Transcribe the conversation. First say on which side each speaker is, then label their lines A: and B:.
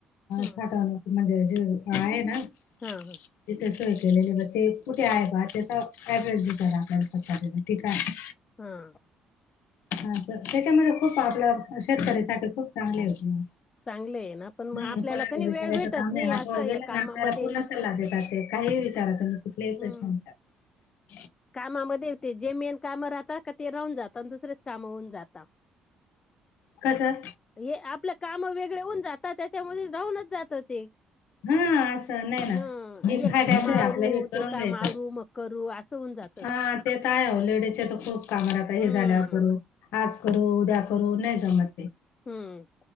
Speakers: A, on the left; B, on the left.
A: ह
B: साठा लोक म्हणजे जे आहे ना
A: हा हा
B: तिथे सोय केलेली होती कुठे आहे का त्याचा ऍड्रेस द आपल्याला पतला ठीक आहे
A: हा
B: ह त्यांच्यामध्ये खूप आपल्या शेतकरीसाठी खूप चांगले होते
A: चांगलं आहे ना पण मग
B: हम्म
A: आपल्याला
B: कोणाला
A: कधी
B: विचारायचं
A: वेळ भेटत
B: काम
A: नाही
B: हा
A: असं
B: पोर
A: आहे
B: गेला
A: कामामध्ये
B: ना आपल्याला पूर्ण काहीही विचारा तुम्ही कुठलेही
A: हम्म
B: प्रश्न विचारा
A: कामामध्ये होते जे मेन काम राहतात का ते राहून जातात आणि दुसरेच काम होऊन जाता
B: कसं
A: हे आपलं काम वेगळे होऊन जातात त्यांच्यामध्ये राहूनच जात ते
B: हा असं नाही ना
A: हा
B: हे
A: एक
B: फायद्याचं
A: काम आवरू
B: आहे आपलं हे करून
A: ते काम
B: घ्यायचं
A: आवरू मग करू असं होऊन जात
B: हा ते तर आहे लेडीजच्या तर खूप काम राहता हे
A: हम्म
B: झाल्यावर करू आज करू उद्या करू नाही जमत ते
A: हम्म,